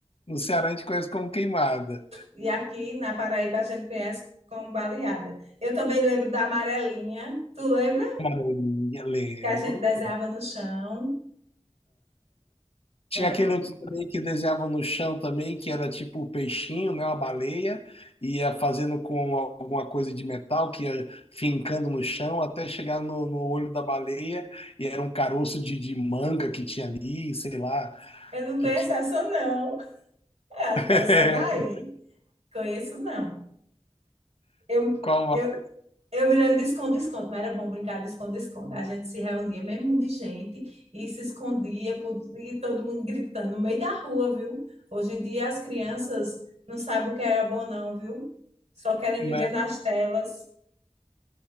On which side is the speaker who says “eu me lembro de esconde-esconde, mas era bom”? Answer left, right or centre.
Right